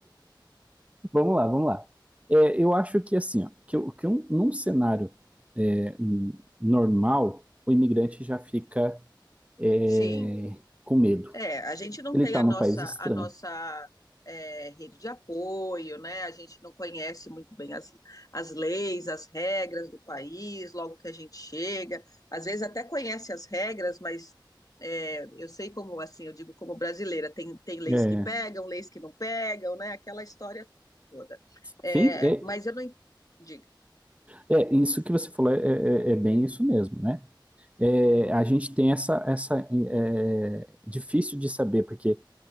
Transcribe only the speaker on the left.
Sim.
É, a gente não
tem
a
nossa,
a nossa é, rede de apoio, né? A gente não conhece muito bem as, as leis, as regras do país, logo que a gente chega. Às vezes até conhece as regras, mas é, eu sei como, assim, eu digo como brasileira, tem, tem leis
que pegam, leis que não pegam, né? Aquela história toda. É,
mas eu não en- diga.
Uhum,